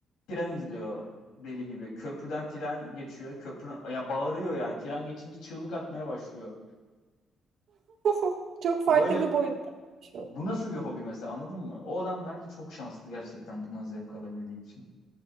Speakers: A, on the left; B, on the right.
A: Tren izliyor deli gibi. Köprüden tren geçiyor. Köprü ya bağırıyor yani. Tren geçince çığlık atmaya başlıyor.
B: <laughs> Çok farklı
A: Böyle
B: bir boyutta şu.
A: bu nasıl bir hobi mesela anladın mı? O adam bence çok şanslı gerçekten bundan zevk alabildiği için.